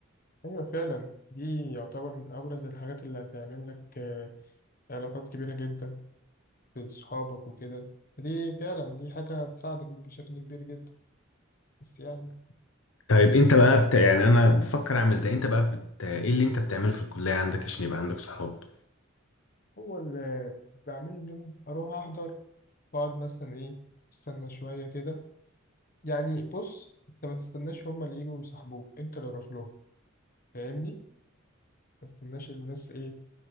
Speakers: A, on the left; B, on the left.
A: ايوه فعلا دي يعتبر من ابرز الحاجات اللي هتعمل لك آه، علاقات كبيره جدا في صحابك وكده دي فعلا دي حاجه هتساعدك بشكل كبير جدا بس يعني
B: طيب انت بقى بت... يعني انا بفكر اعمل ده انت بقى بت... ايه اللي انت بتعمله في الكلية عندك عشان يبقى عندك صحاب
A: هو اللي بعمله ان أنا اروح احضر واقعد مثلا ايه استنى شويه كده يعني بص انت ما تستناش هما اللي يجوا يصاحبوك انت اللي روح لهم فاهمني ما تستناش الناس ايه